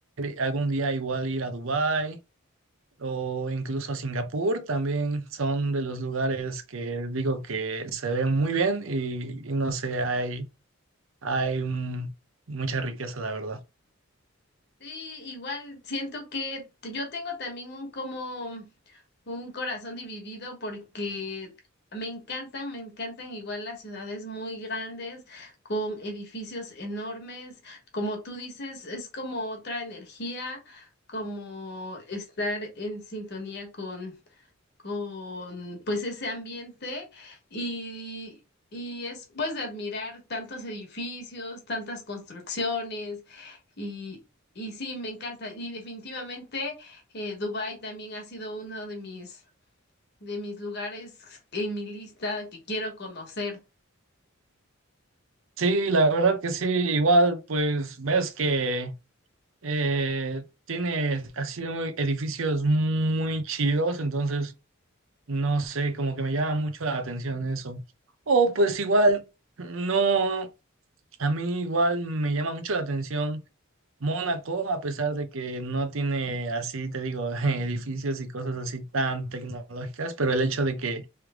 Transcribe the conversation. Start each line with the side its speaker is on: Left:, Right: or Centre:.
Right: algún día igual ir a Dubái o incluso a Singapur, también son de los lugares que digo que se ven muy bien y, y no sé, hay, hay mm, mucha riqueza, la verdad.
Left: Sí, igual siento que t- yo tengo también un como un corazón dividido porque me encantan, me encantan igual las ciudades muy grandes con edificios enormes, como tú dices, es como otra energía, como estar en sintonía con con pues ese ambiente y, y es pues de admirar tantos edificios, tantas construcciones y, y sí, me encanta. Y definitivamente eh, Dubái también ha sido uno de mis, de mis lugares en mi lista que quiero conocer.
Right: Sí, la verdad que sí, igual pues ves que eh, tiene así muy- edificios muy chidos, entonces no sé, como que me llama mucho la atención eso. O pues igual, no, a mí igual me llama mucho la atención Mónaco, a pesar de que no tiene así, te digo, <laughs> edificios y cosas así tan tecnológicas, pero el hecho de que